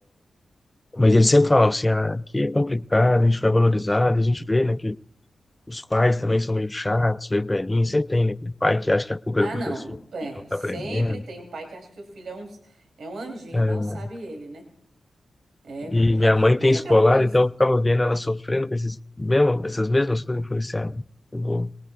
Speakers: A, on the left; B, on the right.
A: Mas eles sempre falavam assim, ah, aqui é complicado, a gente vai valorizar, e a gente vê, né, que os pais também são meio chatos, meio velhinhos, sempre tem, né, aquele pai que acha que a culpa
B: Ah,
A: é do professor,
B: não. É,
A: que não está
B: sempre
A: aprendendo.
B: tem o pai que acha que o filho é um, é um anjinho,
A: É,
B: mal sabe ele, né? É
A: E
B: complicado.
A: minha mãe
B: Mas
A: tem escolar,
B: aquela coisa,
A: então eu ficava vendo ela sofrendo com esses mesmo, essas mesmas coisas. Eu falei assim, ah, não, eu vou